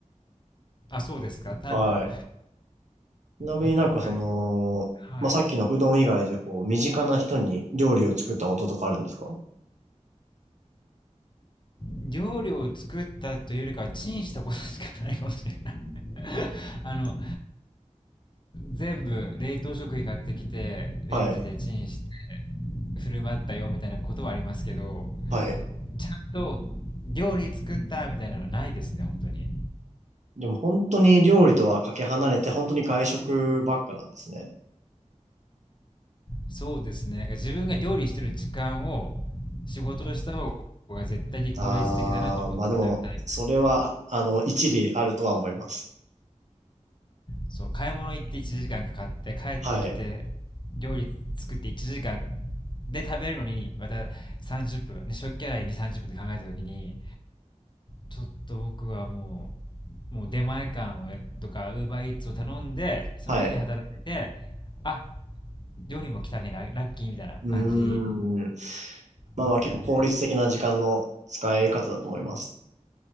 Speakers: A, on the left (about 40°); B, on the right (about 70°).
A: あ、そうですか。多分、
B: <laughs> はい。ちなみになんかその、
A: やっぱり、はい。
B: まあ、さっきのうどん以外でこう、身近な人に料理を作ったこととかあるんですか
A: 料理を作ったというよりかはチンしたことしかないかもしれない <laughs> あの、全部冷凍食品買ってきて、レンジでチンして
B: はい、
A: 振る舞ったよみたいなことはありますけど、
B: はい。
A: ちゃんと料理作ったみたいなのはないですね、本当に。
B: でも本当に料理とはかけ離れて、本当に外食ばっかなんですね。
A: そうですね。なんか自分が料理してる時間を仕事をした方が絶対に効率的だなと思っちゃうタイプですね。
B: ああまあでも、それは、あの、一理あるとは思います。
A: そう、買い物行って1時間かんかかって帰ってきて
B: はい、
A: 料理作って1時間で食べるのにまた30分、ね、食器洗いに30分で考えた時にちょっと僕はもう、もう出前館をとか Uber Eats を頼んでその間に働いて
B: はい。
A: あ、料理も来たねラ、ラッキーみたいな感じ
B: うーん。まあまあ結構効率的な時間の使い方だと思います。
A: ですかね